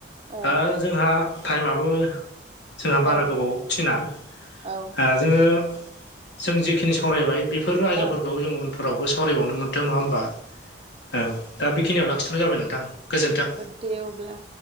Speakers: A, on the right; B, on the left.
A: औ
B: दा जोंहा टाइमाबो जोंहा बारा
A: औ
B: गोबाव थिना
A: औ
B: ओ जोङो जों जिखिनि सावरायबाय बेफोर आयदाफोरखौ
A: औ
B: जों उनाव उनफोरावबो सावरायबावनो मोन्थों। नङा होमबा औ दा बेखिनियाव लाखिथ'नाय जाबाय नोंथां गोजोन्थों।
A: दे‌ अब्ला